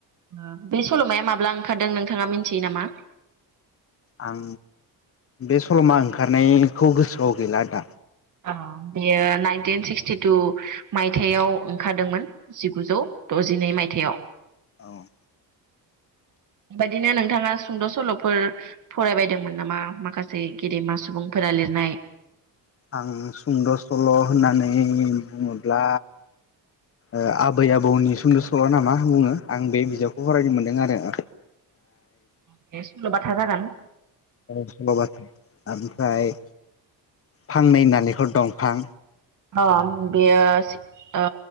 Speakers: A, on the right; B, on the left.
A: ओ बे सल'माया माब्ला ओंखारदों नोंथाङा मिथियो नामा?
B: आं बे सल'मा ओंखारनायखौ गोसोआव गैला दा।
A: औ बेयो नाइनटिन सिक्सटिटु मायथाइयाव ओंखारदोंमोन। जिगुजौ डज जिनै मायथाइयाव।
B: औ।
A: बेबायदिनो नोंथाङा सुंद' सल'फोर फरायबायदोंमोन नामा? माखासे गेदेमा सुबुंफोरा लिरनाय।
B: आं सुंद' सल' होननानै बुङोब्ला ओ आबै आबौनि सुंद' सल' ना मा बुङो आं बे बिजाबखौ फरायनो मोनदों आरो। ओ
A: बे सल'बाथा जागोन।
B: सल'बाथा आमफ्राय फांनै नालेंखर दंफां
A: अ बेयो ओ